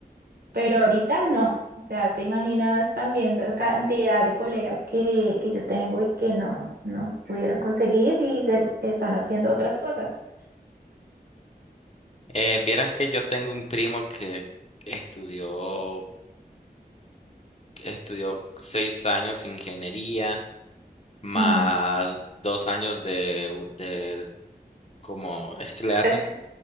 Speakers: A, on the right; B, on the left.
A: pero ahorita no. O sea, te imaginas también la cantidad de colegas que, que yo tengo y que no, no pudieron conseguir y se están haciendo otras cosas.
B: Eh, vieras que yo tengo un primo que estudió, estudió seis años ingeniería, más
A: Ujú.
B: dos años de, u- de como, es que
A: Especia-
B: le hacen,